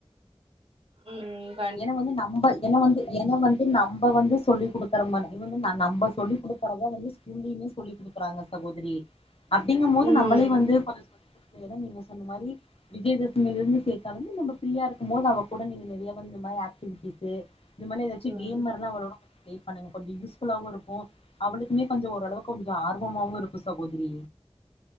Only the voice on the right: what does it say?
ம் ம்
ம்
ம்